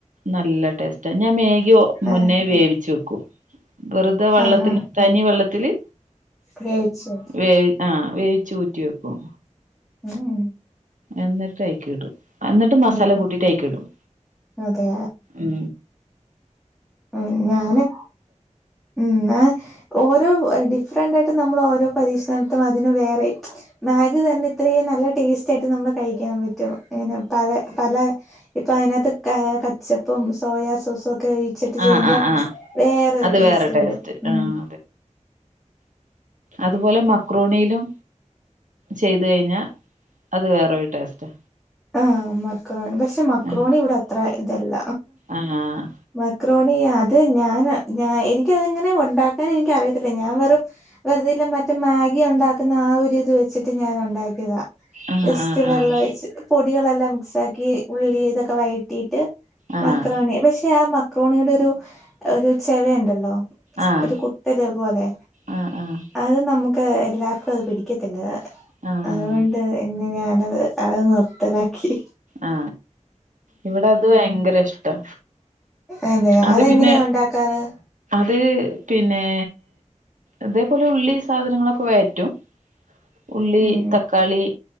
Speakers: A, on the right; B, in the centre.
A: നല്ല ടെസ്റ്റ് ഞാൻ മേഗി മുന്നേ
B: ആഹ്
A: വേവിച്ചു വെക്കും വെറ്തെ വള്ളത്തിന്
B: ആഹ് ആഹ്
A: തനി വെള്ളത്തില്
B: കഴിച്ചു
A: വേ ആ വേ ച്ച് ഊറ്റി വെക്കും
B: ഉം
A: എന്നിട്ട് അയ്ക്കിടും എന്ന്ട്ട് മസാല
B: ഉം ഉം
A: കൂട്ടിട്ടയ്ക് ടും
B: അതെ
A: ഉ
B: ഉ ഞാന് ഉ ഞ ഓ ഡിഫറന്റ് ആയിട്ട് നമ്മൾ ഓരോ പരീക്ഷനത്തും അതിന് വേറെ മാഗി തന്നെ ഇത്രേം നല്ല ടേസ്റ്റായിട്ട് നമ്മള് കഴിക്കാൻ പറ്റും ഹേനെ പല ഇപ്പ അതിനത്ത് കച്ചപ്പ് സോയാ സോസൊ ക്കെ ചെയ്യുമ്പോ
A: ആഹ് ആഹ് ആഹ്
B: വേറൊരു
A: അത്
B: ടേസ്റ്റ്
A: വേറെ
B: വരും ഉ
A: ആഹ് അത് പോലെ മക്രോണിയിലും ചെയ്ത് കഴിഞ്ഞാ അത് വേറൊരു ടേസ്റ്റാ
B: ആ മക്രോണി പക്ഷെ മക്രോണി
A: ആഹ്
B: ഇവിടെ അത്ര ഇതല്ല
A: ആഹ്
B: മാക്രോണി അത് ഞാന് ഞ എനിക്കതിങ്ങനെ ഉണ്ടാക്കാൻ എനിക് അറിയത്തില്ല ഞാൻ വെറും വെറ്തെല്ല മറ്റു മാഗി ഉണ്ടാക്കുന്ന ആ ഒര് ത് വെച്ചിട്ട് ഞാൻ ഉണ്ടാക്കിയതാ
A: ആഹ്
B: ജസ്റ്റ് വെള്ളമൊഴിച്ച്ട്ട്
A: ആഹ്
B: പൊടികളെല്ലാം മിക്സാക്കി ഉള്ളി ഇതൊക്കെ വഴറ്റി
A: ആഹ്
B: മക്രോണി പക്ഷെ ആ മക്രോണിയുടെ ഒരു ഒരു ചെവയുണ്ടല്ലോ
A: ആഹ്
B: ഒര് കുത്തല് പോലെ
A: ആഹ് ആഹ്
B: അത് നമു ക്ക്‌ എല്ലാർക്കും അത് പിടിക്കത്തില്ല
A: ആഹ് ആഹ്
B: അതുകൊണ്ട് ഇ ഞാനത് അത് നിർ ത്തലാക്കി
A: ആ ഇവിടെ അത് ഭയങ്കര ഇഷ്ടാ
B: അതെയോ
A: അത്
B: അതെങ്ങനെയാ
A: പിന്നെ
B: ഉണ്ടാക്കാറ്
A: അത് പിന്നെ അതേപോലെ ഉള്ളീം സാധനങ്ങളൊക്കെ വയറ്റും ഉള്ളി
B: ഉം
A: തക്കാളി